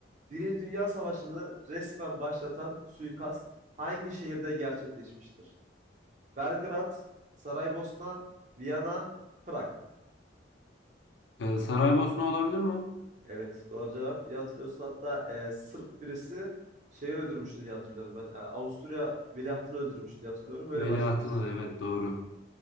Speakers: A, on the right (about 40°); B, on the left (about 80°).
A: Birinci Dünya Savaşı'nı resmen başlatan suikast hangi şehirde gerçekleşmiştir? Belgrad, Saraybosna, Viyana, Prag.
B: Ee, Saraybosna olabilir mi?
A: Evet, doğru cevap. İyi hatırlıyorsun. Hatta e, Sırp birisi şeyi öldürmüştü diye hatırlıyorum ben. E, Avusturya veliahtını öldürmüştü diye hatırlıyorum. Öyle
B: Veliahtına
A: başlamıştı zaten.
B: da evet doğru.